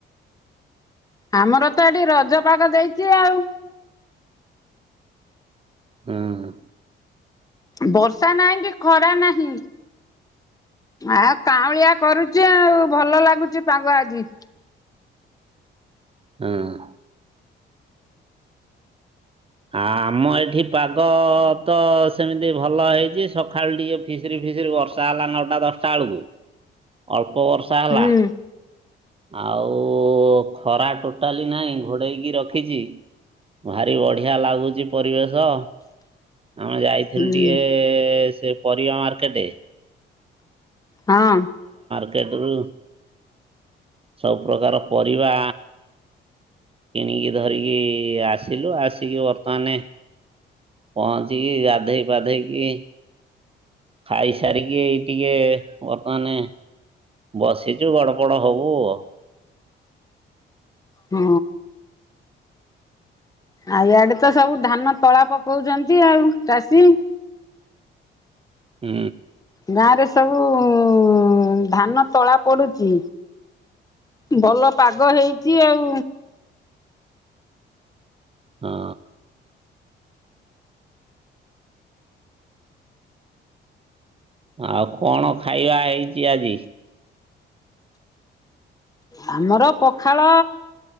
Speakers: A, on the left (about 20°); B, on the right (about 30°).
A: ଆମର ତ ଏଠି ରଜପାଗ ଦେଇଛି ଆଉ।
B: ହଁ।
A: ବର୍ଷା ନାହିଁ କି ଖରା ନାହିଁ। ଆଉ କାଉଁଳିଆ କରୁଛି ଆଉ ଭଲ ଲାଗୁଛି ପାଗ ଆଜି।
B: ହଁ। ଆ ଆମ ଏଠି ପାଗ ତ ସେମିତି ଭଲ ହେଇଛି ସକାଳୁ ଟିକେ ଫିସରି ଫିସିରି ବର୍ଷା ହେଲା ନଅଟା ଦଶଟା ବେଳକୁ ଅଳ୍ପ ବର୍ଷା ହେଲା।
A: ହୁଁ
B: ଆଉ ଖରା ଟୋଟାଲି ନାହିଁ ଘୋଡେଇକି ରଖିଛି। ଭାରି ବଢିଆ ଲାଗୁଚି ପରିବେଶ। ଆମେ ଯାଇଥିଲୁ
A: ହୁଁ
B: ଟିକେ ସେ ପରିବା ମାର୍କେଟେ।
A: ହଁ।
B: ମାର୍କେଟ ରୁ ସବୁ ପ୍ରକାର ପରିବା। କିଣିକି ଧରିକି ଆସିଲୁ ଆସିକି ବର୍ତ୍ତମାନେ। ପହଞ୍ଚିକି ଗାଧେଇ ପାଧେଇକି। ଖାଇ ସାରିକି ଏଇ ଟିକେ ବର୍ତ୍ତମାନେ। ବସିଛୁ ଗଡ ପଡ ହବୁ ଆଉ।
A: ହଁ ଆଉ ଇଆଡେ ତ ସବୁ ଧାନ ତଳା ପକଉଛନ୍ତି ଆଉ ଚାଷୀ।
B: ହୁଁ।
A: ଗାଁରେ ସବୁ ଧାନ ତଳା ପଡୁଚି। ଭଲ ପାଗ ହେଇଛି ଆଉ।
B: ହଁ। ଆଉ କଣ ଖାଇବା ହେଇଚି ଆଜି?
A: ଆମର ପଖାଳ।